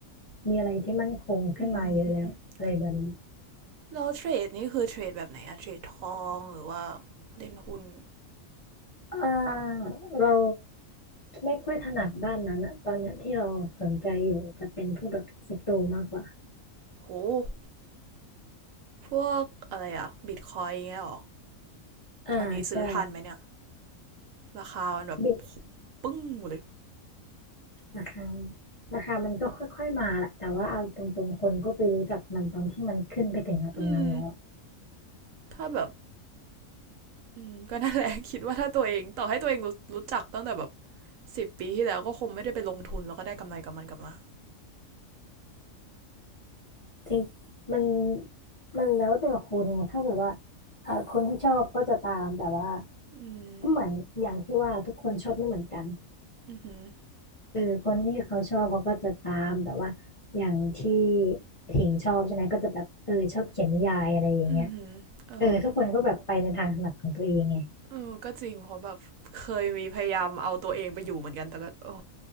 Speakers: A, on the left; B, on the right.
A: มีอะไรที่มั่นคงขึ้นมาเยอะแล้วอะไรแบบนี้
B: อืม แล้วเทรดนี่คือเทรดแบบไหนอะเทรดทองหรือว่าเล่นหุ้น
A: อ่าเราไม่ค่อยถนัดด้านนั้นอะตอนเนี้ยที่เราสนใจอยู่จะเป็นพวกแบบคริปโตมากกว่า
B: โหพวกอะไรอะบิตคอยน์เงี้ยหรอ
A: อ่าใช่
B: ตอนนี้ซื้อทันไหมเนี่ยราคามันแบบ
A: บิ
B: ปึ้งเลย
A: ราคาราคามันก็ค่อยๆมาแหละแต่ว่าเอาตรงๆคนก็ไปรู้จักมันตอนที่มันขึ้นไปถึงตรงนั้นแล้วอะ
B: อืมถ้าแบบอืมก็นั่นแหละคิดว่าถ้าตัวเองต่อให้ตัวเองรู้รู้จักตั้งแต่แบบสิบปีที่แล้วก็คงไม่ได้ไปลงทุนแล้วก็ได้กำไรกับมันกลับมา
A: จริงมันมันแล้วแต่คนไงถ้าแบบว่าเออคนที่ชอบก็จะตามแต่ว่า
B: อืม
A: ก็เหมือนอย่างที่ว่าทุกคนชอบไม่เหมือนกัน
B: อือหือ
A: เออคนที่เขาชอบเขาก็จะตามแต่ว่าอย่างที่ถิงชอบใช่ไหมก็จะแบบเออชอบเขียนนิยายอะไรอย่างเงี้ย
B: อือหือเออ
A: เออทุกคนก็แบบไปในทางถนัดของตัวเองไง
B: เออก็จริงเพราะแบบเคยมีพยายามเอาตัวเองไปอยู่เหมือนกันแต่ก็โอ้